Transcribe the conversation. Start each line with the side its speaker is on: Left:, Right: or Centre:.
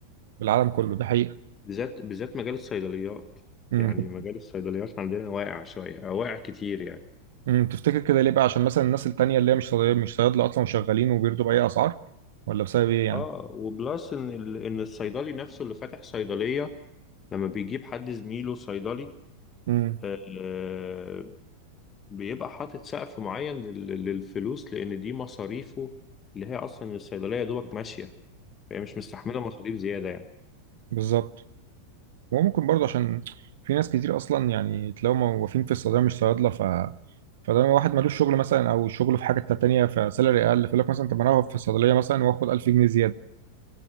Right: في العالم كله ده حقيقة
Left: بالذات بالذات مجال الصيدليات
Right: امم
Left: يعني مجال الصيدليات عندنا واقع شوية أو واقع كتير يعني
Right: امم تفتكر كده ليه بقى عشان مثلا الناس التانية اللي هي مش صيدلية مش صيادلة اصلا وشغالين وبيرضوا بأي اسعار ولا بسبب ايه يعني
Left: اه وبلس ان ال- ان الصيدلي نفسه اللي فاتح صيدلية لما بيجيب حد زميله صيدلي
Right: امم
Left: آه، بيبقى حاطط سقف معين لل- للفلوس لان دي مصاريفه اللي هي اصلا الصيدليه يا دوبك ماشيه فهي مش مستحمله مصاريف زياده يعني
Right: بالظبط وممكن برضه عشان في ناس كتير اصلا يعني تلاقيهم موظفين في الصيدليه مش صيادله ف فده واحد ملوش شغل مثلا او شغله في حاجه تانيه فسالري اقل فيقول لك مثلا طب ما انا أقف في الصيدليه مثلا واخد 1000 جنيه زياده